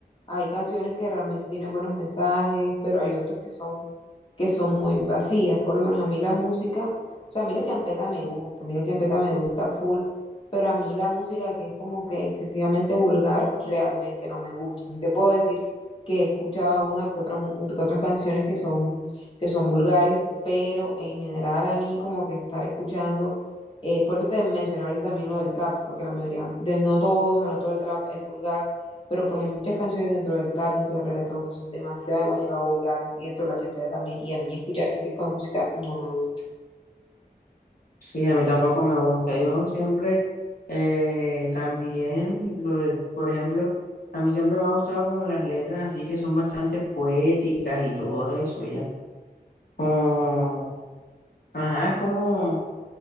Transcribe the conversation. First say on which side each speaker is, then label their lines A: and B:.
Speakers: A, on the left; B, on the left.
A: Hay canciones que realmente tienen buenos mensajes, pero hay otras que son, que son muy vacías. Por lo menos a mí la música, o sea, a mí la champeta me gusta, a mí la champeta me gusta full, pero a mí la música que es como que excesivamente vulgar realmente no me gusta. Así te puedo decir que he escuchado una que otra, mu- que otras canciones que son, que son vulgares, pero en general a mí como que estar escuchando, eh, por eso te mencionaba ahorita también lo del trap, porque la mayoría, de, no todo, o sea, no todo el trap es vulgar pero pues hay muchas canciones dentro del trap, dentro del reggaetón, que son demasiado, demasiado vulgares, y dentro de la champeta también. Y a mí escuchar ese tipo de música no me gusta.
B: Sí, a mí tampoco me gusta. Yo siempre eh, también, lo, de- por ejemplo, a mí siempre me ha gustado como las letras así que son bastante poéticas y todo eso, ya. Como, ajá, es como